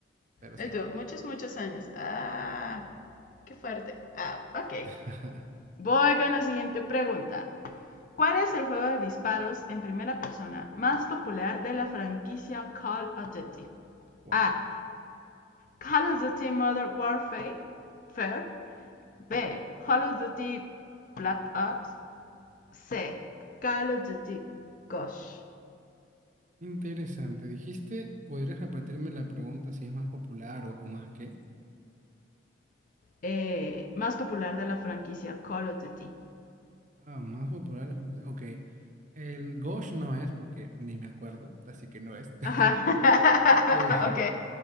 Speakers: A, on the right (about 40°); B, on the left (about 40°).
A: pero sí.
B: esto muchos, muchos años. Ah, qué fuerte. Ah, ok.
A: <laughs>
B: Voy con la siguiente pregunta. ¿Cuál es el juego de disparos en primera persona más popular de la franquicia Call of Duty?
A: Wow.
B: A. Call of Duty Modern Warfare. Fair. B. Call of Duty Black Ops. C. Call of Duty Ghost.
A: Interesante. Dijiste, ¿podrías repetirme la pregunta si es más popular o, o más qué?
B: Eh, más popular de la franquicia Call of Duty.
A: Ah, más popular la franquicia. Ok. El Ghosh no es porque ni me acuerdo, así que no es. <laughs>
B: Ajá. <laughs>
A: Eh,
B: ok.